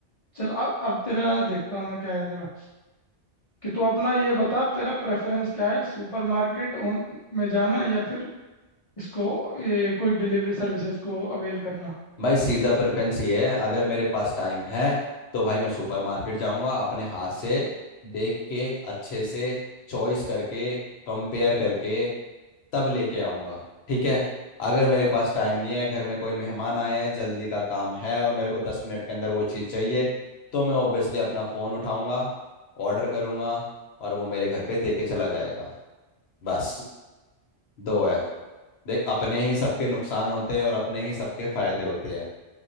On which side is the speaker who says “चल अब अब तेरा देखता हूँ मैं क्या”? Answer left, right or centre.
Left